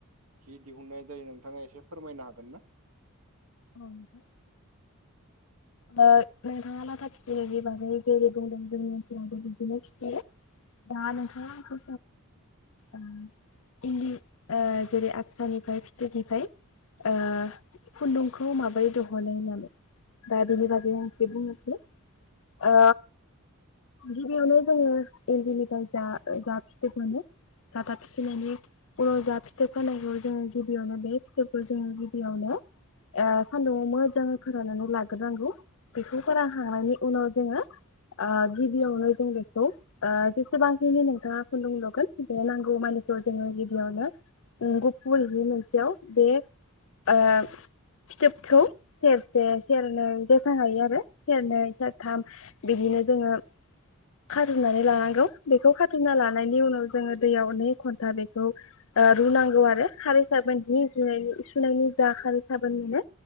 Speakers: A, on the right; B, on the left.
A: जि दिहुननाय जायो नोंथाङा एसे फोरमायनो हागोन ना?
B: औ नोंथां नोंथाङा लाथा फिथनि बागै जेरै बुंदों जोंनि ओनसोलावबो बिदिनो फिसियो दा नोंथाङा आंखौ <inaudible> इन्दि‌ ओ जेरै <inaudible> फिथोबनिफ्राय ओ खुन्दुंखौ माबोरै दिहुनो होननानै दा बेनि बागै आं एसे बुंनोसै ओ गिबियावनो जोङो इन्दिनिफ्राय जा -जा फिथोब मोनो <inaudible> फिथोब खानायखौ जों गिबियावनो बे फिथोबखौ जोङो गिबियावनो ओ सान्दुंआव मोजाङै फोराननानै <unintelligible> <unintelligible> बेखौ फोरानखांनायनि उनाव जोङो ओ गिबियावनो जों बेखौ ओ जेसेबांखिनि नोंथाङा खुन्दुं लुगोन बे नांगौ मानिखौ जोङो गिबियावनो गुफुर जि मोनसेयाव ओ बे फिथोबखौ सेर सेर सेरनै जेसां हायो आरो सेरनै सेरथाम बिदिनो जोङो खारुमनानै लानांगौ बेखौ खाथुमना लानायनि उनाव जोङो दैयाव नै घन्टा बेखौ ओ रुनांगौ आरो खारै साबोननि जु सुनायनि जा खारै साबोन मोनो